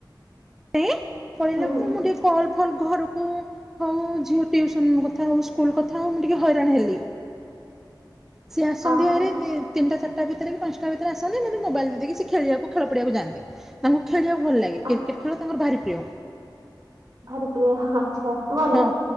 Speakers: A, in the centre; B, on the right (about 55°).
A: ଇଁ କଣ
B: ହୁଁ
A: ମୁଁ ଟିକେ କଲ୍ ହଲ୍ ଘରୁକୁ ହୋଉ, ଝିଅ ଟିଉସନ୍ କଥା ହୋଉ ସ୍କୁଲ୍ କଥା ହୋଉ, ମୁଁ ଟିକେ ହଇରାଣ ହେଲି। ସିଏ ଆସନ୍ତି
B: ହଁ
A: ହାରି ଦେ ତିନିଟା, ଚାରିଟା ଭିତରେ, ବି ପାଞ୍ଚଟା ଭିତରେ ଆସନ୍ତି ମତେ ମୋବାଇଲ୍ ଟା ଦେଇ ଦେଇକି ସେ ଖେଳିଆକୁ ଖେଳ ପଡିଆକୁ ଯାଆନ୍ତି। ତାଙ୍କୁ ଖେଳିବାକୁ ଭଲ ଲାଗେ। କ୍ରିକେଟ୍
B: ଆ-
A: ଖେଳ ତାଙ୍କର ଭାରି ପ୍ରିୟ।
B: ଭାରିପ୍ରିୟ ହଁ ଆଛା, ଭଲ
A: ହଁ